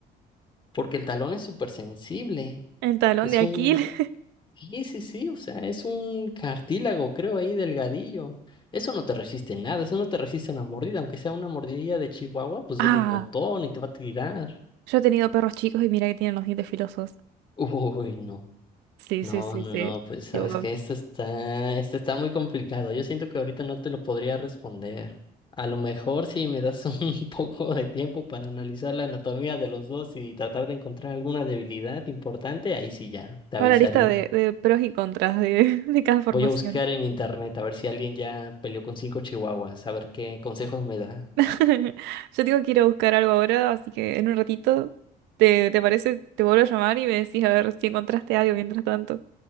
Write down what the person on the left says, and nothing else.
porque el talón es súper sensible.
Es
un Sí, sí, sí, o sea, es un cartílago, creo, ahí delgadillo. Eso no te resiste nada, eso no te resiste una mordida, aunque sea una mordida de chihuahua, pues
duele un montón y te va a tirar.
Uy, no,
no,
no,
no, pues sabes
que esto está, esto está muy complicado. Yo siento que ahorita no te lo podría responder. A lo mejor si me das <laughs> un poco de tiempo para analizar la anatomía de los dos y tratar de encontrar alguna debilidad importante, ahí sí ya, te
avisaría.
Voy a buscar en internet a ver si alguien ya peleó con cinco chihuahuas, a ver qué consejos me da.
<laughs>